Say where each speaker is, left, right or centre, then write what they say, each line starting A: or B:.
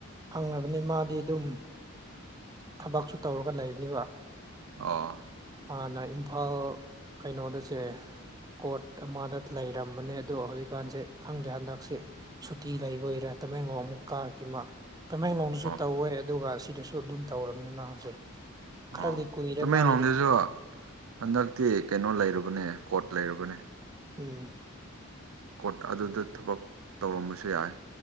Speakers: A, on the right; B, on the right.
A: ꯐꯪꯉꯕꯅꯤ ꯃꯥꯗꯤ ꯑꯗꯨꯝ ꯊꯕꯛꯁꯨ ꯇꯧꯔꯒ ꯂꯩꯕꯅꯦꯕ
B: ꯑꯣ
A: ꯍꯥꯟꯅ ꯏꯝꯐꯥꯜ ꯀꯩꯅꯣꯗꯁꯦ ꯀꯣꯔꯠ ꯑꯃꯗ ꯂꯩꯔꯝꯕꯅꯦ ꯑꯗꯣ ꯍꯧꯖꯤꯛꯀꯥꯟꯁꯦ ꯈꯪꯗꯦ ꯍꯟꯗꯛꯁꯦ ꯁꯨꯇꯤ ꯂꯩꯈ ꯑꯣꯏꯔ ꯇꯃꯦꯡꯂꯣꯡ ꯑꯃꯨ ꯀꯥꯈꯤꯕꯃ ꯀꯃꯦꯡꯂꯣꯡꯗꯁꯨ
B: ꯑꯣ
A: ꯇꯧꯋꯦ ꯑꯗꯨꯒ ꯑꯁꯤꯗꯁꯨ ꯑꯗꯨꯝ ꯇꯧꯔꯕꯅꯤ ꯃꯥꯁꯦ ꯈꯔꯗꯤ
B: ꯑꯣ
A: ꯀꯨꯏꯔꯦ
B: ꯇꯃꯦꯡꯂꯣꯝꯗꯁꯨ
A: ꯃꯥꯒꯤꯗꯤ
B: ꯍꯟꯗꯛꯇꯤ ꯀꯩꯅꯣ ꯂꯩꯔꯨꯕꯅꯦ ꯀꯣꯠ ꯂꯩꯔꯨꯕꯅꯦ
A: ꯑꯦ
B: ꯀꯣꯔꯠ ꯑꯗꯨꯗ ꯊꯕꯛ ꯇꯧꯔꯝꯕꯁꯨ ꯌꯥꯏ